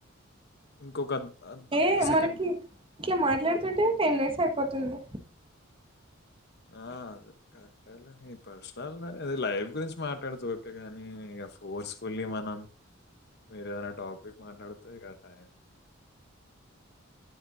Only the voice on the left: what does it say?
ఇంకొక
సెకండ్
ఆ అ అదే కరెక్ట్ లే నీ పేర్సనల్ దే అది లైఫ్ గురించి మాట్లాడుతే ఓకే గానీ ఇగ ఫోర్స్ఫుల్లీ మనం మీరు ఏదైనా టాపిక్ మాట్లాడితే క టైం